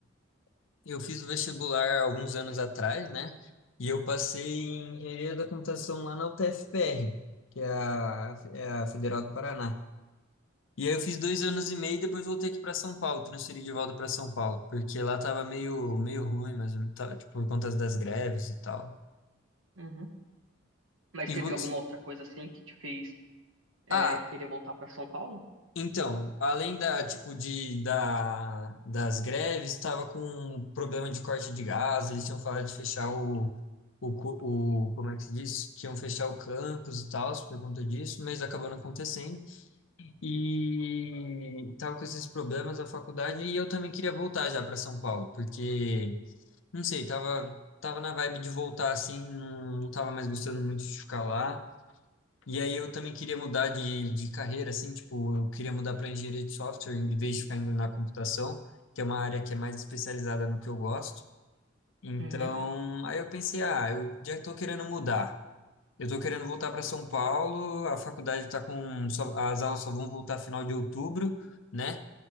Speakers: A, on the left; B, on the right.
A: <clears throat> eu fiz o vestibular alguns anos atrás, né? E eu passei em engenharia da computação lá na UTFPR, que é a, é a Federal do Paraná. E aí eu fiz dois anos e meio e depois voltei aqui para São Paulo, transferi de volta para São Paulo, porque lá tava meio, meio ruim, mas tava, tipo, por conta das greves e tal.
B: Uhum. Mas
A: E
B: teve
A: vo-
B: alguma outra coisa assim que te fez é,
A: Ah,
B: querer voltar para São Paulo?
A: então, além da, tipo, de, da, das greves, tava com um problema de corte de gás, eles tinham falado de fechar o, o, cu- o, como é que se diz? Que iam fechar o campus e tal, por conta disso, mas acabou não acontecendo. E tava com esses problemas a faculdade e eu também queria voltar já para São Paulo, porque Não sei, tava, tava na vibe de voltar assim, não, não tava mais gostando muito de ficar lá. E aí eu também queria mudar de, de carreira, assim, tipo, eu queria mudar para engenharia de software em vez de ficar indo na computação, que é uma área que é mais especializada no que eu gosto. Então,
B: Uhum.
A: aí eu pensei, ah, eu já tô querendo mudar. Eu tô querendo voltar para São Paulo, a faculdade tá com, só- as aulas só vão voltar final de outubro, né?